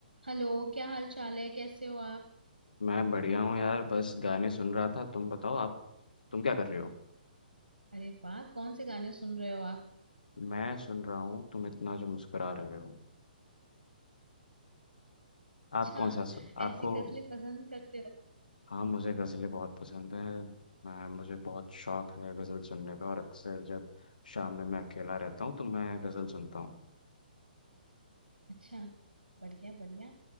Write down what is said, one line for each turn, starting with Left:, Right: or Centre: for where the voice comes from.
Right: Hello क्या हाल चाल है कैसे हो आप
Left: मैं बढ़िया हूँ यार बस गाने सुन रहा था तुम बताओ आप तुम क्या कर रहे हो
Right: अरे वाह कौन से गाने सुन रहे हो आप
Left: मैं सुन रहा हूँ तुम इतना जो मुस्कुरा रहे हो
Right: अच्छा
Left: आप कौन सा सुन आपको
Right: ऐसी गजलें पसंद करते हो
Left: हाँ मुझे गज़लें बहुत पसंद हैं मैं मुझे बहुत शौक है गज़ल सुनने का और अक्सर जब शाम में मैं अकेला रहता हूँ तो मैं गज़ल सुनता हूँ
Right: अच्छा बढ़िया बढ़िया